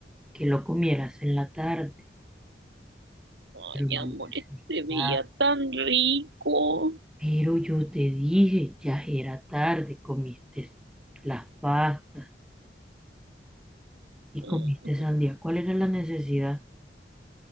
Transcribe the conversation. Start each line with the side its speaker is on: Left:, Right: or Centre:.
Centre: que lo comieras en la tarde, pero
Right: Ay,
Centre: no
Right: amor,
Centre: me haces
Right: este se veía
Centre: caso.
Right: tan rico.
Centre: Pero yo te dije, ya era tarde, comiste las pastas y
Right: Mm,
Centre: comiste sandía. ¿Cuál era la necesidad?